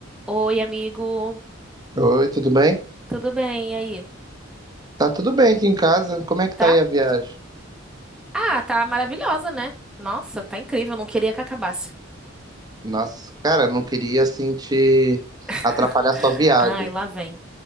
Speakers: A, in the centre; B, on the right.
A: Oi, amigo.
B: Oi, tudo bem?
A: Tudo bem e aí?
B: Tá tudo bem aqui em casa. Como é que
A: Tá?
B: tá aí a viagem?
A: Ah, tá maravilhosa, né? Nossa, tá incrível. Não queria que acabasse.
B: Nossa, cara, não queria assim te
A: <laughs>
B: atrapalhar sua viagem,
A: Ai, lá vem.